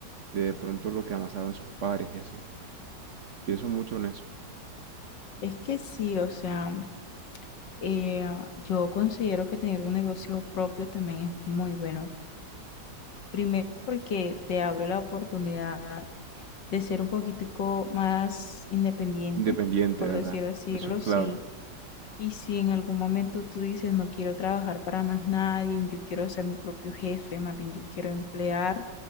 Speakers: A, on the right; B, on the left.
A: De de pronto lo que amasaron sus padres y así. Pienso mucho en eso.
B: Es que sí, o sea, eh, yo considero que tener un negocio propio también es muy bueno. Primero porque te abre la oportunidad de ser un poquitico más independiente,
A: Independiente,
B: por
A: ¿verdad?
B: decir así,
A: Eso es clave.
B: sí Y si en algún momento tú dices, no quiero trabajar para más nadie, yo quiero ser mi propio jefe, más bien yo quiero emplear,